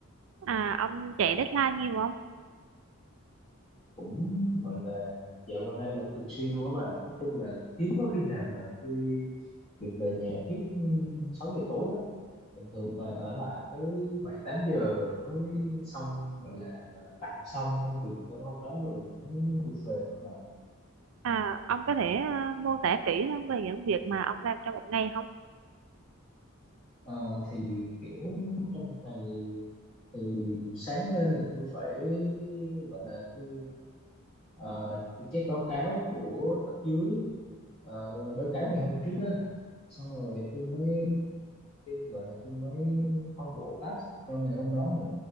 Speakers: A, on the right (about 65°); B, on the left (about 25°).
A: à ông chạy deadline nhiều không?
B: cũng gọi là dạo gần đây là thường xuyên luôn á bà nói chung là hiếm có khi nào mà tôi được về nhà trước ừ, 6 giờ tối lắm thường thường toàn ở lại tới bảy tám giờ mới xong gọi là gọi là tạm xong công việc tới hôm đó rồi mới được về thôi à
A: À, ông có thể ờ, mô tả kỹ hơn về những việc mà ông làm trong một ngày không?
B: Ờ, thì kiểu trong một ngày thì sáng lên là tôi phải gọi là tôi ờ, tôi check báo cáo của cấp dưới ờ, báo cáo ngày hôm trước á xong rồi tôi mới gọi là tôi mới phân bổ task cho ngày hôm đó nữa